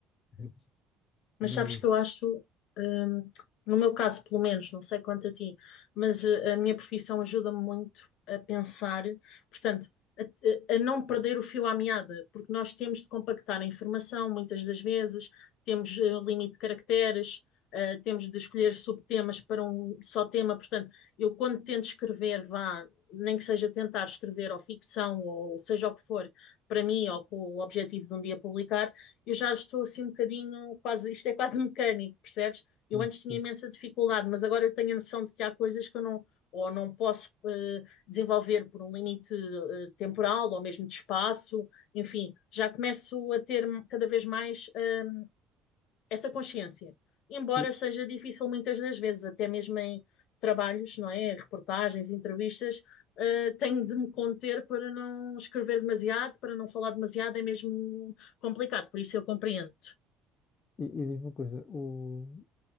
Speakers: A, on the left (about 35°); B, on the left (about 70°).
A: <laughs>
B: Mas
A: Mas,
B: sabes que eu acho, hum, no meu caso pelo menos, não sei quanto a ti, mas eh, a minha profissão ajuda-me muito a pensar, portanto, a, a- a não perder o fio à meada, porque nós temos de compactar a informação muitas das vezes, temos eh, limite de caracteres, eh, temos de escolher subtemas para um só tema, portanto, eu quando tento escrever, vá, nem que seja tentar escrever ou ficção ou seja o que for, para mim ou com o objetivo de um dia publicar eu já estou assim um bocadinho, quase, isto é quase mecânico, percebes? Eu
A: hum,
B: antes tinha
A: pronto.
B: imensa dificuldade, mas agora eu tenho a noção de que há coisas que eu não, ou não posso eh, desenvolver por um limite eh, temporal ou mesmo de espaço, enfim, já começo a ter cada vez mais eh, essa consciência. Embora
A: e,
B: seja difícil muitas das vezes, até mesmo em trabalhos, não é? Reportagens, entrevistas, eh, tenho de me conter para não escrever demasiado, para não falar demasiado, é mesmo complicado, por isso eu compreendo.
A: e, e diz-me uma coisa, o,